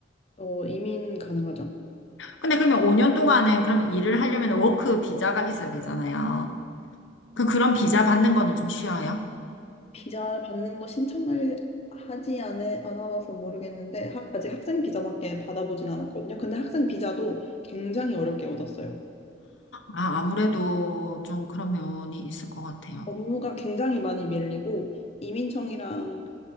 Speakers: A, on the left; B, on the left.
A: 어 이민 가능하죠.
B: 근데 그러면 5년 동안은 그러면 일을 하려면 워크 비자가 있어야 되잖아요. 그 그런 비자 받는 거는 좀 쉬워요?
A: 비자 받는 거 신청을 하지 않, 않아봐서 모르겠는데 학, 아직 학생 비자밖에 받아보진 않았거든요. 근데 학생 비자도 굉장히 어렵게 얻었어요.
B: 아, 아무래도 좀 그런 면이 있을 것 같아요.
A: 업무가 굉장히 많이 밀리고 이민청이랑